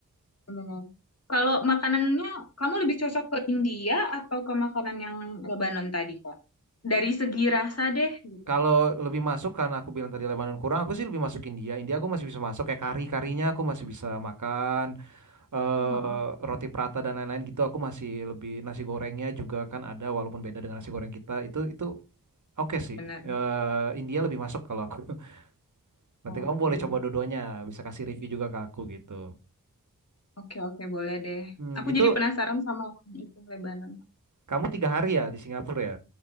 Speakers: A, on the left; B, on the right.
A: benar. Kalau makanannya kamu lebih cocok ke India atau ke makanan yang Lebanon tadi, Kak? Dari segi rasa deh gitu.
B: Kalau lebih masuk karena aku bilang tadi Lebanon kurang, aku sih lebih masuk India. India aku masih bisa masuk kayak kari-karinya aku masih bisa makan eh
A: Heeh.
B: roti prata dan lain-lain gitu. Aku masih lebih nasi gorengnya juga kan ada walaupun beda dengan nasi goreng kita. Itu itu oke sih.
A: Benar.
B: Eh India lebih masuk kalau aku. <laughs> Nanti
A: Oke.
B: kamu boleh coba dua-duanya, bisa kasih review juga ke aku gitu.
A: Oke, oke, boleh deh.
B: Hmm,
A: Aku
B: itu
A: jadi penasaran sama yang itu Lebanon.
B: kamu tiga hari ya di Singapura ya?